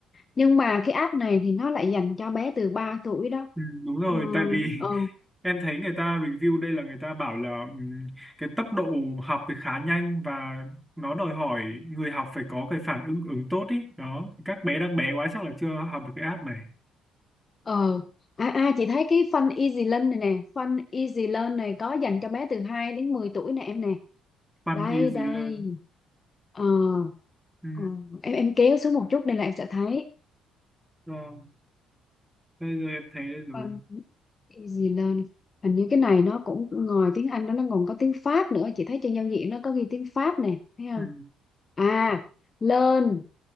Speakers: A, on the left; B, in the centre.
A: nhưng mà cái app này thì nó lại dành cho bé từ 3 tuổi đó
B: ừ, đúng rồi
A: ừ.
B: tại vì <laughs>
A: ờ
B: em thấy người ta review đây là người ta bảo là ừm, cái tốc độ học thì khá nhanh và nó đòi hỏi người học phải có cái phản ứng ứng tốt ý đó thì các bé đang bé quá chắc là chưa học được cái app này
A: ờ à, à chị thấy cái Fun Easy Learn này nè Fun Easy Learn này có dành cho bé từ 2 đến 10 tuổi nè em nè
B: Fun
A: đây
B: Easy
A: đây
B: Learn
A: ờ,
B: ừ,
A: ờ, em em kéo xuống một chút đây là em sẽ thấy
B: rồi bây giờ em thấy đây rồi
A: Vâng. easy learning hình như cái này nó cũng ngoài tiếng Anh đó nó còn có tiếng Pháp nữa chị thấy trên giao diện nó có ghi tiếng Pháp nè thấy không
B: ừ.
A: à learn